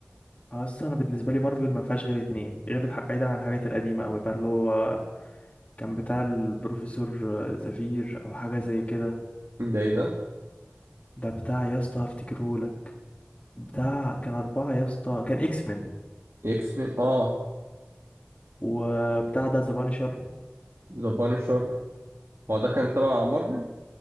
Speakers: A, on the left (about 35°); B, on the right (about 80°).
A: اصل انا بالنسبة لي مارفل ما فيهاش غير اتنين غير الح... بعيدا عن الحاجات القديمة اوي بقى اللي هو كان بتاع البروفيسور آه، زفير او حاجة زي كده
B: ده إيه ده؟
A: ده بتاع يا اسطى هفتكرهولك بتاع كان أربعة يا اسطى كان اكس مان
B: إكس مان آه
A: وبتاع ده ذا بانشر
B: ذا بانشر هو ده كان تبع مارفل؟